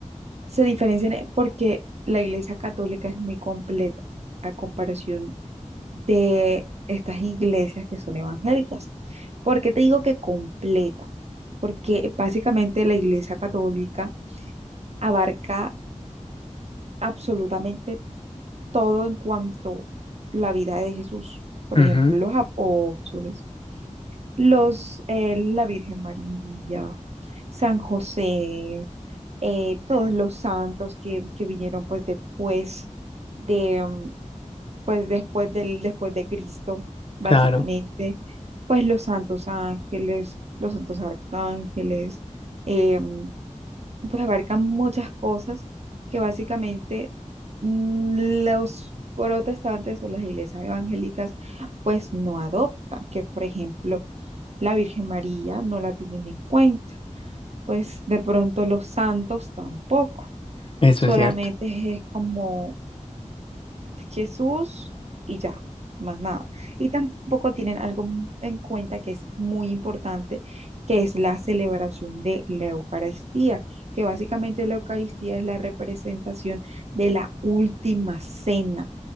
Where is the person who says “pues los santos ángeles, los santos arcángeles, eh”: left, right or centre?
Right